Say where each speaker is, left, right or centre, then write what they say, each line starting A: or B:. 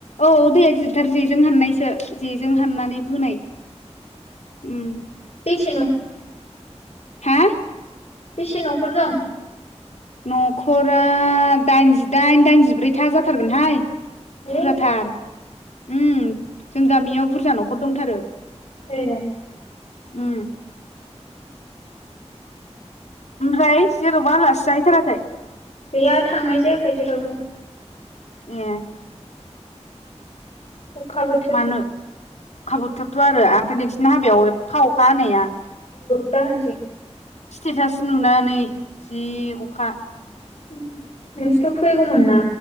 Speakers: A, on the left; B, on the left.
A: औ दैया गिदिरथार जेजों हाननायसो जेजों फाननानै बोनाय उ।
B: बेसेनो
A: हा?
B: बेसे न'खर दं?
A: न'खरा दाइनजिदाइन दाइनजिब्रैथा जाथारगोनहाय।
B: आयौ
A: बुरजा थार। उम जों गामियाव बुरजा न'खर दंथारो।
B: ए।
A: उ। ओमफ्राय जेरावबो आलासि जाहैथाराखै?
B: गैया थांनाय जायाखै जेरावबो।
A: ए।
B: अखाबोथोर।
A: मानो अखा बोथोत। थ' आरो ओमफ्राय नोंसिनि हाबायाव एफा अखा हानाया।
B: दा होनसै।
A: स्टेटास नुनानै जि अखा
B: <unintelligible> फैगौमोन ना?